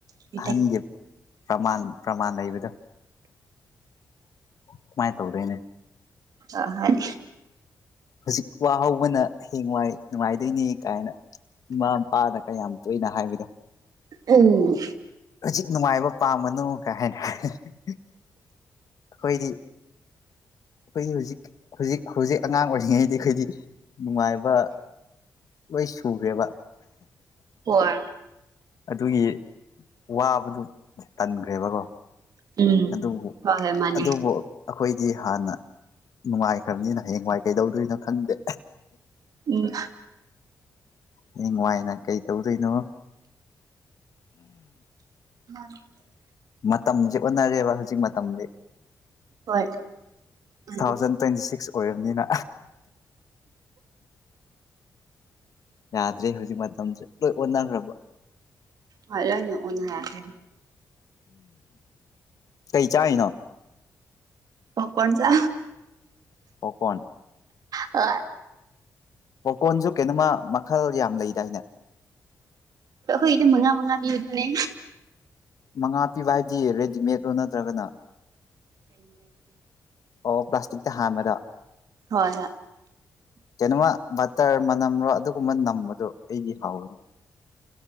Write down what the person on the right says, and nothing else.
ꯍꯣꯏ
ꯑ ꯍꯥꯏ
ꯎꯝ
ꯍꯣꯏ
ꯎꯝ
ꯍꯣꯏ ꯍꯣꯏ ꯃꯥꯅꯦ
ꯎꯝ
<inaudible>
ꯍꯣꯏ ꯃꯥꯅꯤ
ꯍꯔꯣꯏꯅꯑꯣꯅ
ꯄꯀꯣꯟ ꯆ
ꯑ
ꯍꯣꯏ ꯏꯅꯦ ꯃꯉꯥ ꯃꯉꯥꯕꯤ ꯑꯗꯨꯅꯦ
ꯍꯣꯏ